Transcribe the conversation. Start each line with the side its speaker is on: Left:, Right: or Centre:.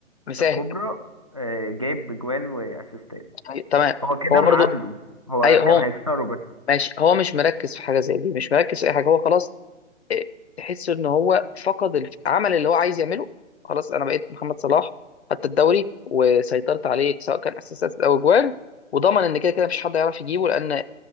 Left: مساهل
Right: الكبرى آه، جايب بجوال واسيستات
Left: يعني تمام
Right: هو كده
Left: هو
Right: معادله
Left: برضو
Right: هو
Left: اي هو
Right: كان هيكسره بس
Left: ماشي هو مش مركز في حاجه زي دي مش مركز في اي حاجه هو خلاص إيه، تحس ان هو فقد الف- عمل اللي هو عايز يعمله خلاص انا بقيت محمد صلاح خدت الدوري وسيطرت عليك سواء كان اساسات او اجوال وضمن ان كده كده مفيش حد يعرف يجيبه لان